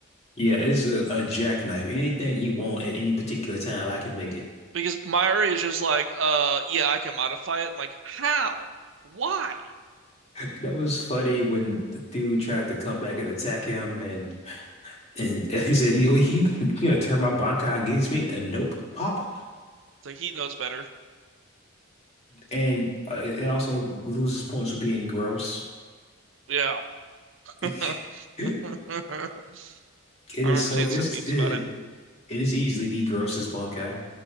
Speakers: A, on the left; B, on the right.
A: Yeah, it's a, a jackknife. Anything you want at any particular time, I can make it.
B: because Mairi is just like, uh, yeah, I can modify it. I'm like, how? Why?
A: <laughs> That was funny when the dude tried to come back and attack him, and And <laughs> he said, you know, he, you know, turn my Bankai against me. And nope, pop.
B: So he knows better.
A: And uh, it also loses points for being gross.
B: Yeah,
A: <laughs>
B: <laughs> I
A: It
B: remember
A: is so,
B: seeing some
A: it's,
B: memes
A: it,
B: about it.
A: it is easily the grossest Bankai.